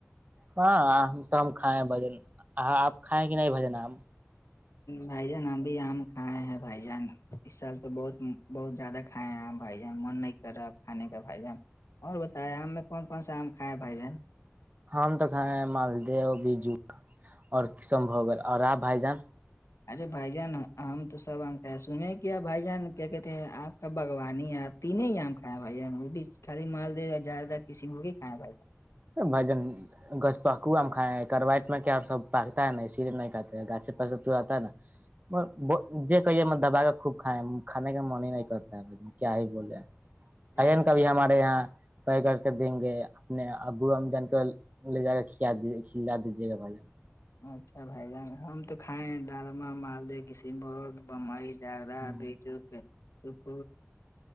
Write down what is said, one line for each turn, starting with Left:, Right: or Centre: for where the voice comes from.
Right: ہاں تو ہم کھائیں بجن آپ کھائےیں کہ نہیں بجن آ
Left: بھائی جان ابھی آم کھائے ہیں بھائی جان اس سال تو بہت بہت زیادہ کھائے ہیں آ بھائی جان من نہیں کر رہا کھانے کا بھائی جان اور بتیا آ میں کون کون سا آم کائے ہے بھائی جانن
Right: ہم تو مالد بجو اور کشن بھگ اور آپ بھائی جان
Left: ارے بھائی جان ہم تو سب ہم سنے کیا بھائی جان کیا کہتے آپ کا باگوانی ہے آپ تین ہی آم کھیا بھائی ج وہ بھی خالی مالد یا جیادہ کسی ہو کے ہیھایا بھائی
Right: بھجن گچھپکوا کائے کرواٹ میں کیا سب پکتا ہے نا اسی لیے نہیں کاتے گاھے پرس تواتتا ہے نا کہیے م دبا خوب کھیں کانے کا من ہی نہیں کرتا ہے بھائی کیا ہی بولے
Left: اچھا
Right: این کبھی ہمارے یہاں طے کر کے دیں گے اپنے ابو ہم جان کر لے جا کر کلا دیج کھلا دیجیے گا بھ جان
Left: اچھا بھائی جان ہم تو کھائیں ڈرما مالدہ کسی بت بمائی جا
Right: جان
Left: بج کہ سک